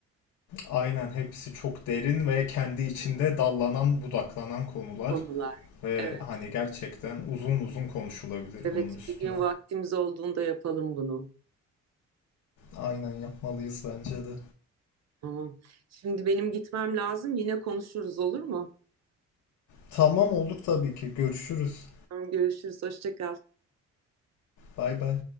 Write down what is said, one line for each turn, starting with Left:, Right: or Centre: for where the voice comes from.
Left: Aynen hepsi çok derin ve kendi içinde dallanan, budaklanan konular
Right: konular.
Left: ve
Right: Evet,
Left: hani gerçekten uzun uzun konuşulabilir
Right: evet
Left: bunun üstüne.
Right: bir gün vaktimiz olduğunda yapalım bunu.
Left: Aynen yapmalıyız bence de.
Right: Tamam. Şimdi benim gitmem lazım. Yine konuşuruz olur mu?
Left: Tamam olduk tabii ki. Görüşürüz.
Right: Tamam, görüşürüz. Hoşça kal.
Left: Bay bay.